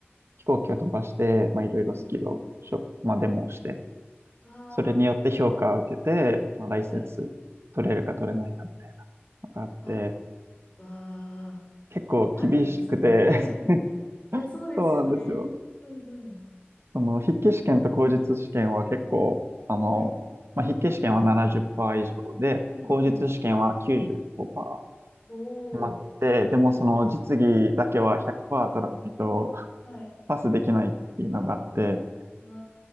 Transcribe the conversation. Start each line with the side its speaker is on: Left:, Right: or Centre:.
Right: 飛行機を飛ばして、まあ、いろいろスキルをしょ、
Left: んうんうん。
Right: まあ、デモをして、
Left: わあ、
Right: それによって評価を受けて、まあ、ライセンス取れるか取れないかみたいなのがあって、
Left: はい。あ、わあ、
Right: 結構厳しくて
Left: 怖いですね。<laughs> いや、
Right: <laughs>
Left: そうですよね。
Right: そうなんですよ。
Left: うんうん。
Right: その筆記試験と口述試験は結構、あの、
Left: はい。
Right: まあ、筆記試験は70%以上で、
Left: うんうん。
Right: 口述試験は95%
Left: おお、
Right: まって、でもその実技だけは100%
Left: はい、
Right: 取らないと
Left: はい。
Right: パスできないっていうのがあって、
Left: わ